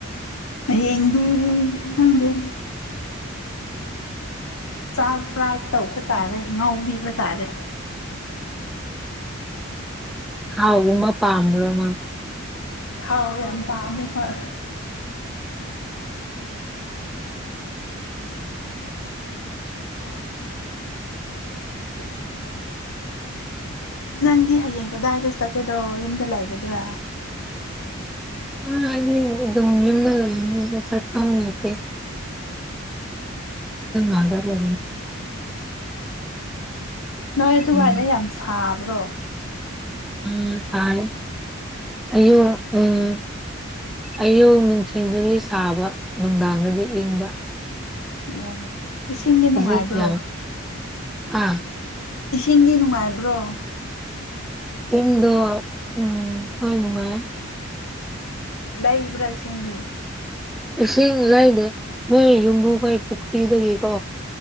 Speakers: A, on the left; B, in the centre.
A: ꯌꯦꯗꯤ ꯊꯥꯟꯗ ꯆꯥ ꯐ꯭ꯔꯥꯏ ꯇꯧꯕ ꯇꯥꯔꯦ ꯉꯥꯎꯤꯕ ꯇꯥꯔꯦ
B: ꯍꯥꯎ ꯎꯃ ꯄꯥꯔ ꯃꯥ
A: ꯊꯥꯎ ꯌꯥꯝ ꯄꯥꯝꯃꯦ ꯍꯣꯏ
B: ꯎꯝꯝ
A: <unintelligible> <unintelligible> ꯅꯪꯗꯤ ꯍꯌꯦꯡ ꯀꯗꯥꯏꯗ ꯆꯠꯀꯗ꯭ꯔꯣ ꯌꯨꯝꯗ ꯂꯩꯒꯗ꯭ꯔꯥ
B: ꯑ ꯗ ꯂꯤ ꯂꯩ ꯆ ꯀꯝ ꯂꯩꯇꯦ ꯍꯗꯂ
A: ꯅꯣꯏ ꯑꯗꯨꯋꯥꯏꯗ
B: ꯎꯝ
A: ꯌꯥꯝ ꯁꯥꯕ꯭ꯔꯣ
B: ꯎꯝ ꯐꯔꯦ ꯑꯣ ꯎꯝ ꯑꯌꯨ ꯅꯨꯡꯊꯤꯟꯒꯤ ꯁꯥꯕ ꯅꯨꯡꯗꯥꯡꯗꯒꯤ ꯏꯪꯕ
A: ꯑꯣ ꯏꯁꯤꯡꯗꯤ ꯅꯨꯡꯉꯥꯏꯕ꯭ꯔꯣ
B: ꯍꯧꯖꯤꯛ ꯌꯥꯝ ꯑꯥ
A: ꯏꯁꯤꯡꯗꯤ ꯅꯨꯡꯉꯥꯏꯕ꯭ꯔꯣ
B: ꯏꯗꯣ ꯎꯝ ꯐꯉ
A: ꯂꯩꯕ꯭ꯔꯥ ꯏꯁꯤꯡꯗꯤ
B: ꯏꯁꯤꯡ ꯂꯩꯅꯦꯦ ꯃꯣꯏ ꯌꯨꯝꯕꯨ ꯀꯣꯏ ꯄꯨꯈ꯭ꯔꯤꯗꯒꯤꯀꯣ